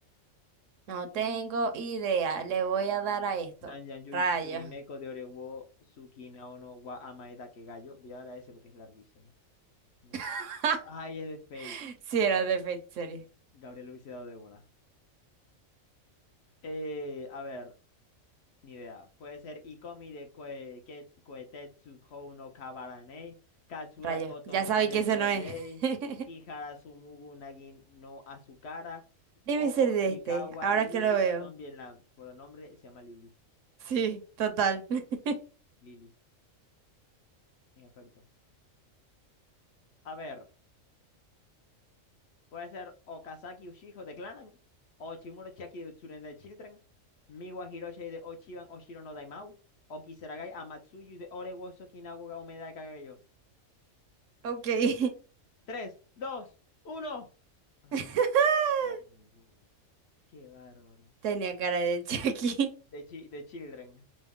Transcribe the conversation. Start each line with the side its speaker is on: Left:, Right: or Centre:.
Right: No tengo idea. Le voy a dar a esto.
Left: Sanjan Yui
Right: Rayo.
Left: Tsurimeko de Orewo Tsukina no wa Amaeda Kegayo. Voy a dar a ese porque es larguísimo. No.
Right: <laughs>
Left: Ay, es de Fate.
Right: Si era de Fate Series.
Left: Gabriel lo hubiese dado de una. Eh, a ver. Ni idea. Puede ser Ikomi de Kue- Ket- Kuetetsu Hou no Kabaranei, Katsura
Right: Rayo.
Left: Koto
Right: Ya
Left: no
Right: sabéis
Left: Adescoldei,
Right: que ese no es. <laughs>
Left: Kihara Sumugu Nagi no Azukara
Right: Debe
Left: o
Right: ser
Left: Oshikawa
Right: de este, ahora
Left: Lili
Right: que lo veo.
Left: Lam. Por el nombre se llama Lili.
Right: Sí, total. <laughs>
Left: Lili, en efecto. A ver, puede ser Okazaki Ushijo de Clanan, o Chimura Chiaki de Utsuren de Children, Miwa Hiroshi de Ochiban Oshiro no Daimao, o Kisaragai Amatsuyu de Ore wo Sokinawa ga Omeda de Kagayo.
Right: Ok.
Left: tres dos uno Ah,
Right: <laughs>
Left: la pegó. Qué bárbaro.
Right: Tenía cara de Chucky.
Left: De, chi- de Children.